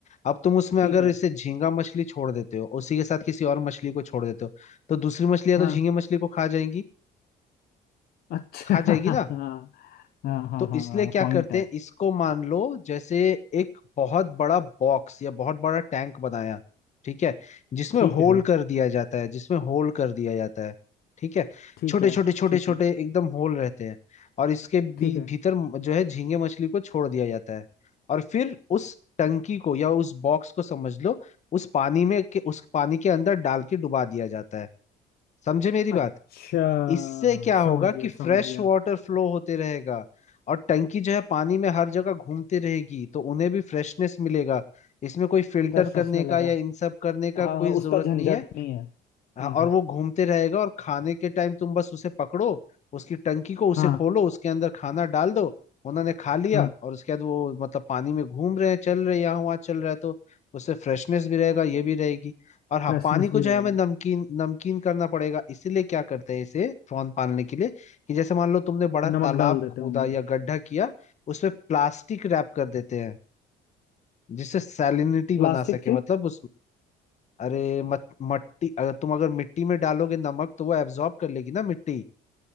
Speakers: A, on the left; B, on the left.
A: अब तुम उसमें
B: ठीक
A: अगर
B: है
A: इसे झींगा मछली छोड़ देते हो उसी के साथ किसी और मछली को छोड़ देते हो तो दूसरी मछलियां
B: हाँ
A: तो झींगे मछली को खा जाएंगी
B: अच्छा
A: खा
B: <laughs> हाँ
A: जाएगी ना
B: हाँ हाँ
A: तो
B: हाँ
A: इसलिए
B: हाँ
A: क्या
B: पॉइंट
A: करते
B: है
A: हैं इसको मान लो जैसे एक बहुत बड़ा बॉक्स या बहुत बड़ा टैंक बनाया ठीक है जिसमें
B: ठीक
A: होल
B: है
A: कर दिया जाता है जिसमें होल कर दिया जाता है ठीक है
B: ठीक
A: छोटे
B: है
A: छोटे छोटे
B: ठीक
A: छोटे
B: है
A: एकदम होल रहते हैं और इसके भी,
B: ठीक है
A: भीतर जो है झींगे मछली को छोड़ दिया जाता है और फिर उस टंकी को या उस बॉक्स को समझ लो उस पानी में के उस पानी के अंदर डाल के डुबा दिया जाता है समझे मेरी
B: अच्छा
A: बात इससे क्या होगा
B: समझ
A: कि
B: गया समझ
A: फ्रेश
B: गया
A: वाटर फ्लो होते रहेगा और टंकी जो है पानी में हर जगह घूमती रहेगी तो उन्हें भी फ्रेशनेस मिलेगा इसमें कोई फिल्टर
B: फ्रेशनेस
A: करने
B: में लगा
A: का या इन सब करने का
B: हाँ
A: कोई जरूरत
B: उसका झंझट
A: नहीं है
B: नहीं है हम्म
A: हाँ, और वो घूमते रहेगा और खाने के टाइम तुम बस उसे पकड़ो उसकी टंकी को उसे
B: हाँ
A: खोलो उसके अंदर खाना डाल दो उन्होंने खा लिया
B: हाँ
A: और उसके बाद वो मतलब पानी में घूम रहे हैं चल रहे हैं यहाँ वहाँ चल रहा है तो उससे फ्रेशनेस भी रहेगा ये भी रहेगी और हाँ
B: फ्रेशनेस
A: पानी को
B: भी
A: जो
B: रहेगा
A: है हमें नमकीन नमकीन करना पड़ेगा इसीलिए क्या करते हैं इसे प्रॉन पालने के लिए कि जैसे मान लो तुमने बड़ा
B: नमक
A: तालाब
B: डाल देते
A: खोदा
B: होंगे
A: या गड्ढा किया उसमें प्लास्टिक रैप कर देते हैं जिससे सैलिनिटी
B: प्लास्टिक
A: बना सके
B: क्यों
A: मतलब उस अरे मत मट्टी अगर तुम अगर मिट्टी में डालोगे नमक तो वो एब्जॉर्ब कर लेगी ना मिट्टी